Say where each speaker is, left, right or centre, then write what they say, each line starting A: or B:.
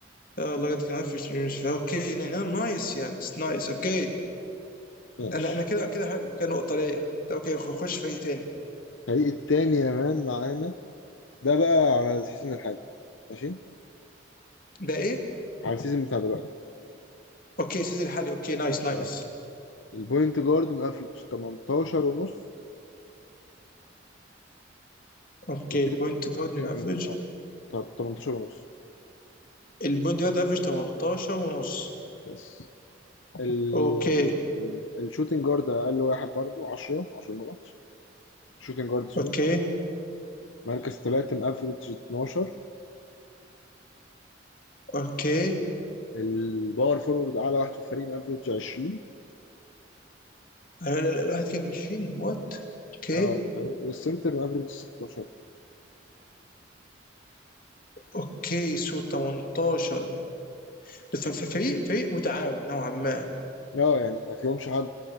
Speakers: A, on the left (about 45°); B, on the left (about 80°).
A: اه لقد كان قافش الموسم. اوكي نا- نا- نايس يانس نايس اوكي
B: ماشي
A: انا انا كده كده حلو كده نقطه ليا طب اوكي خ- خش فريق تاني
B: الفريق التاني يا مان معانا ده بقى على السيزون الحالي ماشي
A: ده ايه؟
B: على السيزون بتاع دلوقتي
A: اوكي سيزي الحالي اوكي نايس نايس
B: اه البوينت جارد مقفل 18 ونص
A: اوكي
B: الشوت-
A: البوينت جارد
B: الشوتنج
A: افريج
B: اه طب 18 ونص
A: البوينت جارد افريج 18 ونص
B: بس ال...
A: اوكي
B: الشوتنج جارد اقل واحد برضو 10 10 نقط شوتنج جارد سوري
A: اوكي
B: مركز ثلاثة مافريج 12
A: اوكي
B: الباور فورورد اعلى واحد في الفريق مافريج 20
A: لا لا لا الواحد كده في 20 وات اوكي
B: اه أيوة. والسنتر مافريج 16
A: اوكي سو 18 ف- ف- فريق فريق متعاون نوعا ما
B: لا يعني ما فيهمش حد